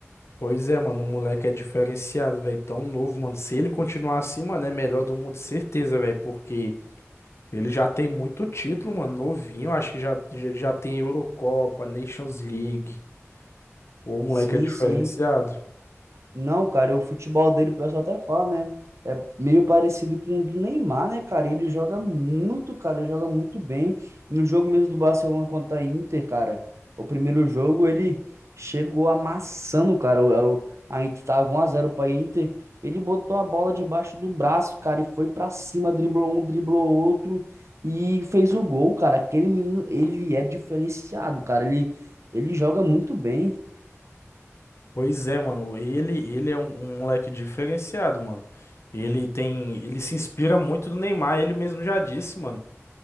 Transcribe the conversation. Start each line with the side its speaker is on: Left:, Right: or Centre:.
Left: Pois é, mano, o moleque é diferenciado, velho, tão novo, mano. Se ele continuar assim, mano, é melhor do mundo, certeza, velho, porque ele já tem muito título, mano, novinho, acho que já, já, já tem Eurocopa, Nations League. O moleque
Right: Sim,
Left: é diferenciado.
Right: sim. Não, cara, o futebol dele, o pessoal até fala, né? É meio parecido com o do Neymar, né, cara? Ele joga muito, cara, ele joga muito bem. No jogo mesmo do Barcelona contra a Inter, cara, o primeiro jogo ele chegou amassando, cara. O- é o- A Inter tava 1x0 pra Inter. Ele botou a bola debaixo do braço, cara, e foi pra cima, driblou um, driblou outro e fez o gol, cara. Aquele menino, ele é diferenciado, cara. Ele, ele joga muito bem.
Left: Pois é, mano. Ele, ele é um, um moleque diferenciado, mano. Ele tem, ele se inspira muito no Neymar, ele mesmo já disse, mano.